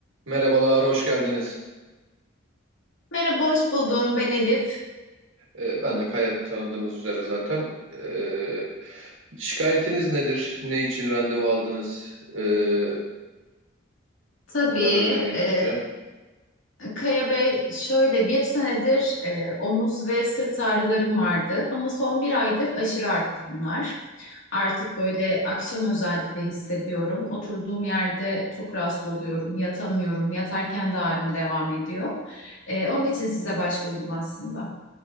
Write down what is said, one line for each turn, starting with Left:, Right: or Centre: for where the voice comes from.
Right: Merhabalar, hoş geldiniz.
Left: Merhaba, hoş buldum. Ben Elif.
Right: Ee, ben de Kaya tanıdığınız üzere zaten. Ee, şikayetiniz nedir? Ne için randevu aldınız? Ee,
Left: Tabii,
Right: onları öğreneyim
Left: e,
Right: önce.
Left: Kaya Bey, şöyle bir senedir e, omuz ve sırt ağrılarım vardı ama son bir aydır aşırı arttı bunlar. Artık böyle akşam özellikle hissediyorum. Oturduğum yerde çok rahatsız oluyorum, yatamıyorum. Yatarken de ağrım devam ediyor. E, onun için size başvurdum aslında.